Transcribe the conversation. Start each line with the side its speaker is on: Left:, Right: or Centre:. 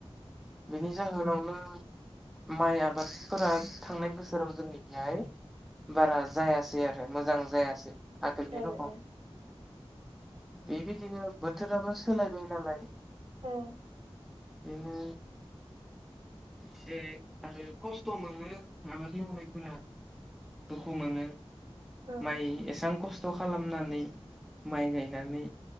Centre: बेनि जाहोनावनो माइ आबादफोरा थांनाय बोसोराव जोंनिखिहाय बारा जाया सै आरो मोजां जायासै। आगोलनि
Right: औ
Centre: रखम
Right: औ।
Centre: बेबायदिनो बोथोराबो सोलायबाय नालाय।
Right: औ।
Centre: बिनि एसे आरो खस्थ' मोनो आबाद मावनायफोरा। दुखु मोनो
Right: औ
Centre: माइ एसां खस थ' खालामनानै माइ गायनानै